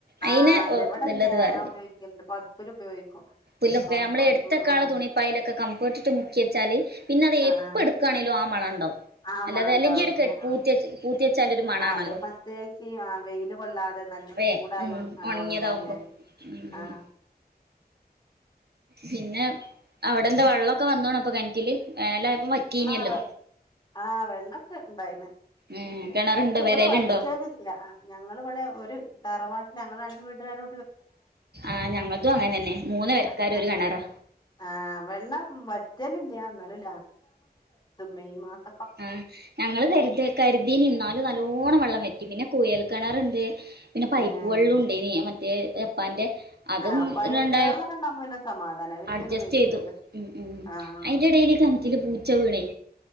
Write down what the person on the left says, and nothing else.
ആഹ്
അതെ ഇവിടെണ്ട്
ആ
ഞാൻ ഉപയോഗിക്കലുണ്ട് പൊതപ്പില് ഉപയോഗിക്കും
ആഹ് പൊതപ്പ്
ആഹ്
ആഹ്
ആഹ്
മണണ്ടാവൂലേ
ആഹ്
ആഹ്
പ്രത്യേകിച്ച് ആഹ് വെയില് കൊള്ളാതെ നല്ല
ചൂടായി
ഒണ
ഒണങ്ങാഞ്ഞാല്
ആഹ്
ആഹ് ആഹ് വെള്ളമൊക്കെ ഇണ്ടായിന്
പിന്നെ
വച്ച
ഇവിടെ വച്ചലില്ല ഞങ്ങിവിടെ ഒരു തറവാട്ട ഞങ്ങള് ന വീട്ട്കാര്
ആഹ് ആഹ്
ആഹ് വെള്ളം വറ്റലില്ല എന്നാലും ഒര് മെയ് മാസ
ഏഹ്
ആഹ് പൈൻ
പഴങ്ങളൊക്കെ ഉണ്ടാവുമ്പോ പിന്നെ സമാധാനം അവരിങ്ങനെ
വരുല്ലോ
ആഹ്